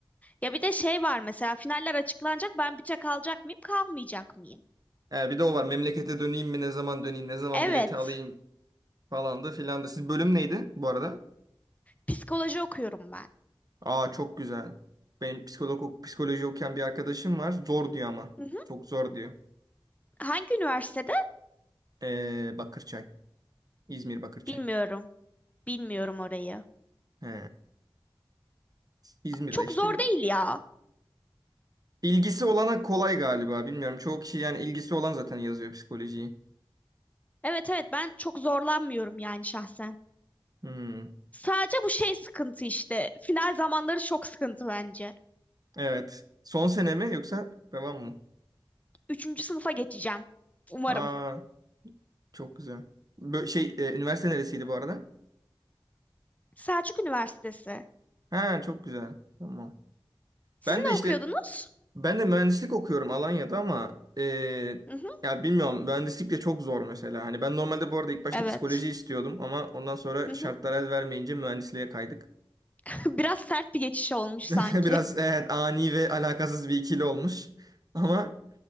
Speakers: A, on the left; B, on the right.
A: Ya bir de şey var mesela finaller açıklanacak. Ben büte kalacak mıyım, kalmayacak mıyım?
B: Ee, bir de o var. Memlekete döneyim mi? Ne zaman döneyim? Ne zaman
A: Evet.
B: bileti alayım? Falan da filan da. Siz bölüm neydi bu arada?
A: Psikoloji okuyorum ben.
B: Aa çok güzel. Benim psikolog, psikoloji okuyan bir arkadaşım var. Zor diyor ama.
A: Hı hı.
B: Çok zor diyor.
A: Hangi üniversitede?
B: Ee, Bakırçay. İzmir Bakırçay.
A: Bilmiyorum. Bilmiyorum orayı.
B: He. İzmir'de
A: Çok
B: işte
A: zor
B: bir
A: değil ya.
B: ilgisi olana kolay galiba. Bilmiyorum. Çoğu kişi yani ilgisi olan zaten yazıyor psikolojiyi.
A: Evet evet ben çok zorlanmıyorum yani şahsen.
B: Hmm.
A: Sadece bu şey sıkıntı işte. Final zamanları çok sıkıntı bence.
B: Evet. Son sene mi yoksa devam mı?
A: Üçüncü sınıfa geçeceğim. Umarım.
B: Aa, çok güzel. Bö şey e, üniversite neresiydi bu arada?
A: Selçuk Üniversitesi.
B: Ha, çok güzel. Tamam.
A: Siz
B: Ben
A: ne
B: de işte
A: okuyordunuz?
B: ben de mühendislik okuyorum Alanya'da ama e,
A: Hı hı.
B: ya bilmiyorum mühendislik de çok zor mesela. Hani ben normalde bu arada ilk başta
A: Evet.
B: psikoloji istiyordum ama ondan sonra
A: Hı hı.
B: şartlar el vermeyince mühendisliğe kaydık.
A: <laughs> Biraz sert bir geçiş olmuş
B: <laughs>
A: sanki.
B: Biraz evet, ani ve alakasız bir ikili olmuş. Ama